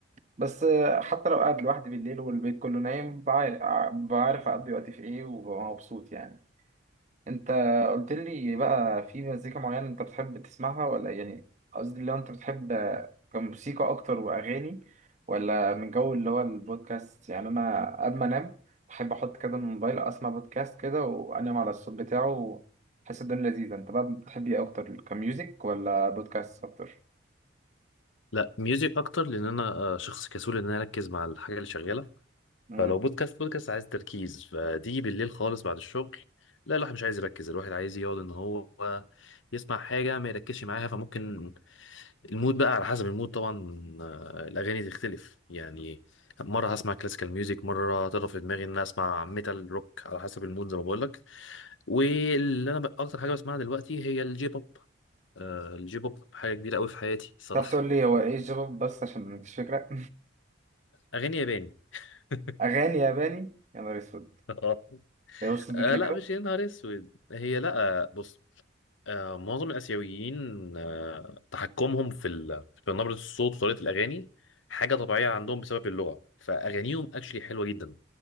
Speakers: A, on the right; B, on the left.
A: بس حتى لو قاعد لوحدي بالليل والبيت كله نايم بع- بعرف أقضي وقتي في إيه وببقى مبسوط يعني انت قلت لي بقى في مزيكا معينة انت بتحب تسمعها ولا يعني قصدي لو انت بتحب كموسيقى اكتر واغاني ولا من جو اللي هو البودكاست يعني انا قبل ما انام بحب احط كده الموبايل اسمع بودكاست كده وانام على الصوت بتاعه وحس الدنيا لذيذة انت بقى بتحب ايه اكتر كميوزك ولا بودكاست اكتر
B: لا ميوزك اكتر لان انا آه، شخص كسول ان انا اركز مع الحاجة اللي شغالة
A: امم
B: فلو بودكاست بودكاست عايز تركيز فتيجي بالليل خالص بعد الشغل لا الواحد مش عايز يركز الواحد عايز يقعد ان هو يسمع حاجة ما يركزش معاها فممكن المود بقى على حسب المود طبعا آه، الاغاني تختلف يعني مرة هسمع كلاسيكال ميوزك مرة هترى في دماغي ان انا اسمع ميتال روك على حسب المود زي ما بقول لك واللي انا بقى اكتر حاجه بسمعها دلوقتي هي الجي بوب آه الجي بوب حاجه كبيره قوي في حياتي الصراحه
A: تعرف تقول لي هو ايه الجواب بس عشان مفيش فكرة
B: اغاني ياباني <laughs>
A: <laughs> اغاني ياباني يا نهار اسود
B: آه.
A: يوصل بيك
B: آه
A: لكده
B: لا مش يا نهار اسود هي لا آه، بص آه معظم الاسيويين آه تحكمهم في ال... في نبره الصوت وطريقه الاغاني حاجه طبيعيه عندهم بسبب اللغه فاغانيهم اكشلي حلوه جدا